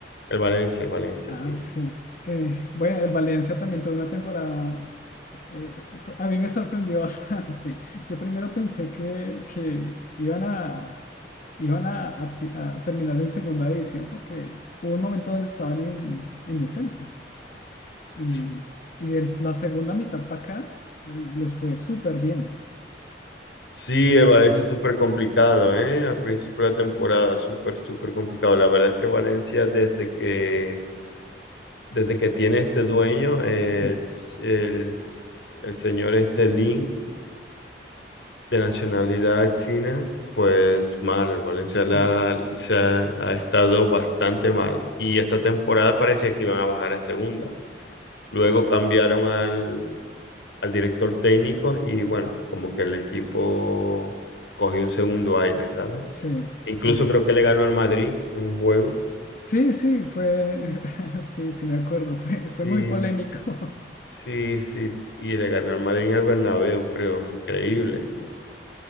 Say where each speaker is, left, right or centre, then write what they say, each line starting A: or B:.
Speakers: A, on the left; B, on the left.
A: el Valencia, el Valencia,
B: Ah,
A: sí.
B: sí. Eh, bueno, el Valencia también tuvo una temporada. eh, pu- a mí me sorprendió <laughs> bastante. Yo primero pensé que, que iban a, iban a, a ti- a terminar en segunda división porque hubo un momento donde estaban en, en descenso. Y,
A: sí.
B: y de la segunda mitad para acá, eh, les fue súper bien.
A: Sí, el Valencia es súper complicado, ¿eh? Al principio de la temporada, súper, súper complicado. La verdad es que Valencia, desde que, desde que tiene este dueño, el,
B: Sí,
A: el- el señor este Lin, de nacionalidad china, pues mal. el Valencia
B: sí.
A: la- se ha, ha estado bastante mal. Y esta temporada parecía que iban a bajar a segunda. Luego cambiaron al, al director técnico y bueno, como que el equipo cogió un segundo aire, ¿sabes?
B: Sí, sí.
A: Incluso creo que le ganó al Madrid en un juego.
B: Sí, sí, fue, <laughs> sí, sí me acuerdo, fue, fue
A: Sí,
B: muy polémico.
A: Sí, sí, y le ganó al Madrid en el Bernabéu, creo, increíble.
B: <laughs> Guau.